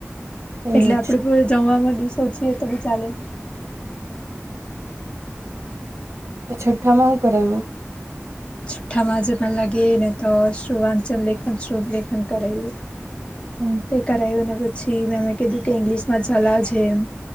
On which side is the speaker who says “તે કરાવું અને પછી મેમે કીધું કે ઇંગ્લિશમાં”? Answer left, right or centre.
Left